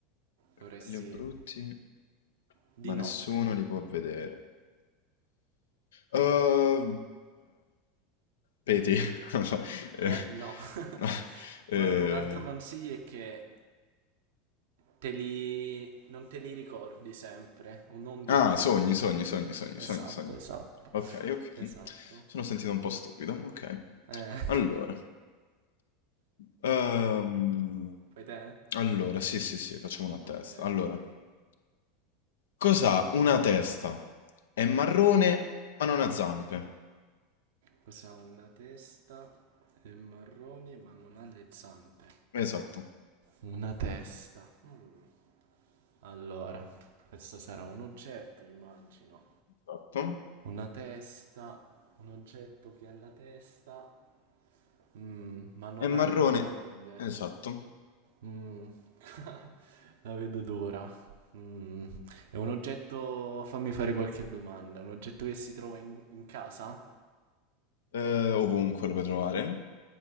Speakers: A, on the right (about 60°); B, on the left (about 70°).
A: dovresti...
B: Belli o brutti,
A: Di
B: ma
A: notte.
B: nessuno li può vedere. Uh, peti. <laughs> non so, eh,
A: Eh? No. <laughs>
B: no, eh,
A: Guarda, un altro consiglio è che te li... non te li ricordi sempre, o non del
B: ah,
A: tutto
B: sogni,
A: comunque.
B: sogni, sogni, sogni,
A: Esatto,
B: sogni, sogni.
A: esatto,
B: Ok, ok.
A: esatto.
B: Sono sentito un po' stupido, ma ok.
A: Eh,
B: Allora. ehm,
A: fai te?
B: allora, sì, sì, sì, facciamo una testa.
A: Ok.
B: Allora, cos'ha una testa? È marrone, ma non ha zampe.
A: Cosa ha una testa? È marrone ma non ha le zampe.
B: Esatto.
A: Una testa. Mm. Allora, questo sarà un oggetto, immagino.
B: Esatto.
A: Una testa, un oggetto che ha la testa, mm, ma non
B: È marrone,
A: ha le gambe.
B: esatto.
A: Mm, <laughs> la vedo d'ora. Mm, È un oggetto, fammi fare qualche domanda, un oggetto che si trova in, in casa?
B: Eh, ovunque lo puoi trovare,